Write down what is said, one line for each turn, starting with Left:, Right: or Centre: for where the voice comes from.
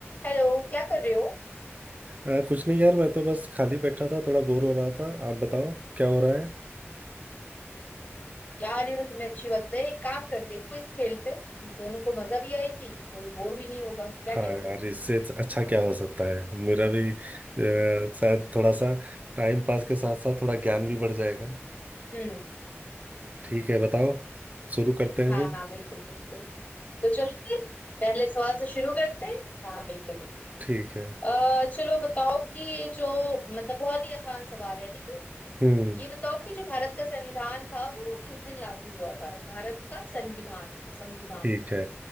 Left: Hello क्या कर रहे हो
Right: हाँ कुछ नहीं यार मैं तो बस खाली बैठा था थोड़ा बोर हो रहा था आप बताओ क्या हो रहा है
Left: यार ये तो तुमने अच्छी बात है एक काम करते क्विज खेलते दोनों को मजा भी आएगी कोई बोर भी नहीं होगा क्या
Right: हाँ
Left: कहते
Right: यार
Left: हो
Right: इससे अच्छा क्या हो सकता है मेरा भी अ, शायद थोड़ा सा टाइम पास के साथ साथ थोड़ा ज्ञान भी बढ़ जाएगा
Left: हम्म
Right: ठीक है बताओ शुरू करते हैं
Left: हाँ
Right: फिर
Left: हाँ बिल्कुल बिल्कुल तो चलो फिर पहले सवाल से शुरू करते हैं हाँ बिल्कुल बिल्कुल
Right: ठीक है
Left: अह, चलो बताओ कि ये जो मतलब बहुत ही आसान सवाल है ठीक है
Right: हम्म
Left: ये बताओ कि जो भारत का संविधान था वो किस दिन लागू हुआ था भारत का संविधान संविधान
Right: ठीक है